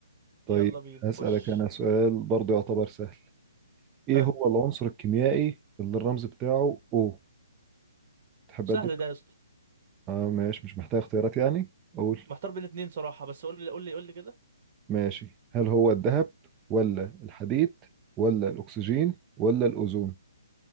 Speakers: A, on the right (about 15°); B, on the right (about 35°).
A: طيب
B: يلا بينا
A: هسألك
B: خش
A: انا سؤال برضو يعتبر سهل ايه
B: حلو
A: هو العنصر الكيميائي اللي الرمز بتاعه او تحب
B: سهل
A: اديك
B: ده يا اسطى
A: اه ماشي مش محتاج اختيارات يعني قول
B: محتار بين اتنين صراحة بس قول لي قول لي قول لي كده
A: ماشي هل هو الذهب ولا الحديد ولا الأكسجين ولا الأوزون